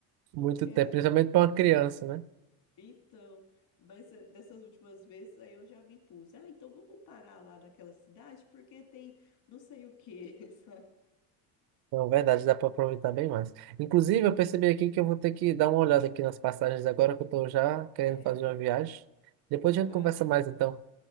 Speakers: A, on the right; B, on the left.
A: Muito
B: Não quero.
A: tempo, principalmente para uma criança, né?
B: Então, mas eh, dessas últimas vezes aí eu já me impus. Ah, então vamos parar lá naquela cidade porque tem não sei o quê, <laughs> sabe?
A: Não, verdade, dá para aproveitar bem mais. Inclusive, eu percebi aqui que eu vou ter que dar uma olhada aqui nas passagens agora que eu estou já querendo
B: Beleza.
A: fazer uma viagem. Depois a
B: Ah,
A: gente conversa mais, então.